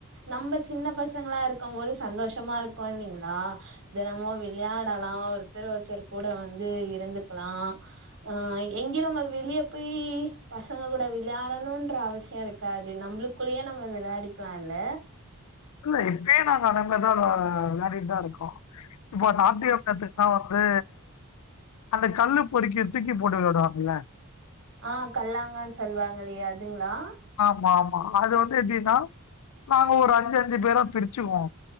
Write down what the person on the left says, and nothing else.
இல்ல இப்பயே நாங்க அத மாரி தா விளையாடிட் தா இருக்கோ இப்போ நாத்தியம் <unintelligible> தா வந்து அந்த கல்லு பொருக்கி தூக்கி போட்டு விளாடுவாங்கள
ஆமா ஆமா அது வந்து எப்டினா நாங்க ஒரு அஞ்சு அஞ்சு பேரா பிரிச்சுக்குவோ